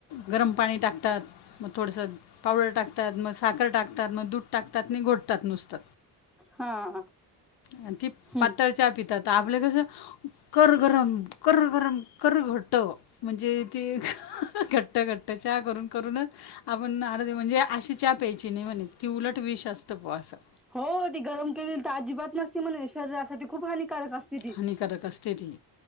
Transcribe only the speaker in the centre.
हा
हम्म
हो ती गरम केलेली तर अजिबात नसती म्हणे शरीरासाठी खूप हानिकारक असते.